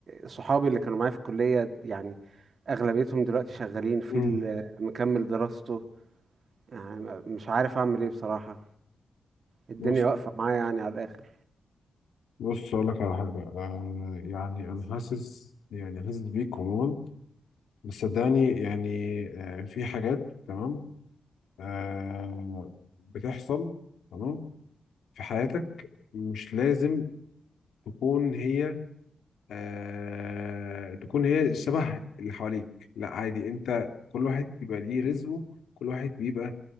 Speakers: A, on the right; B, on the left.
A: صحابي اللي كانوا معايا في الكلية يعني أغلبيتهم دلوقتي شغالين في
B: مم.
A: اللي مكمل دراسته يعني ما- مش عارف أعمل إيه بصراحة الدنيا
B: بص
A: واقفة معايا يعني على الآخر
B: بص اقول لك على حاجه آه يعني انا حاسس يعني حاسس بيك عموما بس صدقني يعني آه في حاجات تمام آه بتحصل تمام في حياتك مش لازم تكون هي آه تكون هي شبه اللي حواليك لا عادي انت كل واحد بيبقى ليه رزقه كل واحد بيبقى